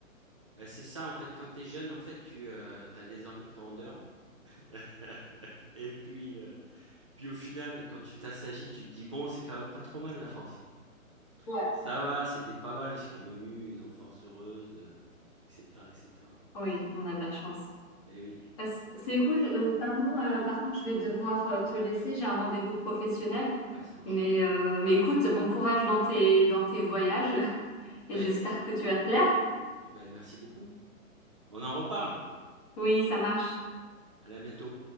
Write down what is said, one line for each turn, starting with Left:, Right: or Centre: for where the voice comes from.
Right: Bah, c'est ça, en fait, quand t'es jeune, en fait, tu as des envies de grandeur. <laughs> Et puis, euh, Puis au final, quand tu t'assagis, tu te dis, bon, c'est quand même pas trop mal la France.
Left: Ouais.
Right: Ça va, c'était pas mal, j'ai quand même eu une enfance heureuse, euh, etc., etc.
Left: Oui, on a de la chance.
Right: Eh oui,
Left: Euh, c- C'est cool. Euh, pardon, euh, par contre, je vais devoir euh, te laisser. J'ai un rendez-vous professionnel.
Right: ouais, ça marche.
Left: Mais, euh, mais écoute, bon courage dans tes, dans tes voyages <laughs>
Right: Ben,
Left: et j'espère que tu vas te plaire.
Right: ben, merci beaucoup. On en reparle.
Left: Oui, ça marche.
Right: Allez, à bientôt.